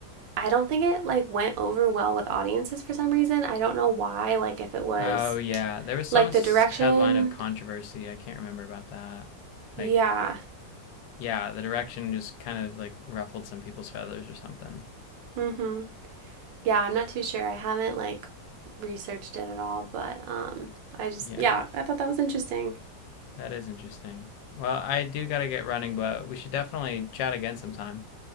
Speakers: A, on the right; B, on the left.
A: I don't think it like went over well with audiences for some reason. I don't know why, like if it was
B: Oh yeah, there was some
A: like
B: s-
A: the direction.
B: headline of controversy. I can't remember about that.
A: Yeah.
B: Like, yeah, the direction just kind of like ruffled some people's feathers or something.
A: Mhm. yeah, I'm not too sure. I haven't like researched it at all, but um I just
B: Yeah,
A: yeah, I thought that was interesting.
B: that is interesting. Well, I do gotta get running, but we should definitely chat again sometime.